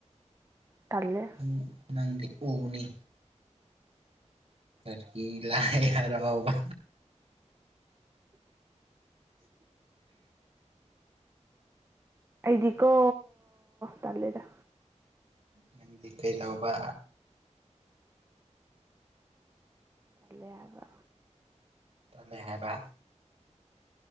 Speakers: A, on the right; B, on the right.
A: ꯇꯜꯂꯦ
B: ꯪ ꯅꯪ ꯎꯅꯤ ꯑꯗꯒꯤ ꯂꯥꯏ ꯍꯔꯥꯎꯕ
A: ꯑꯩꯗꯤꯀꯣ ꯇꯜꯂꯦꯗ
B: ꯅꯪꯗꯤ ꯀꯩꯗꯧꯕ
A: ꯇꯂꯦ ꯑꯕ
B: ꯇꯂꯦ ꯍꯥꯏꯕ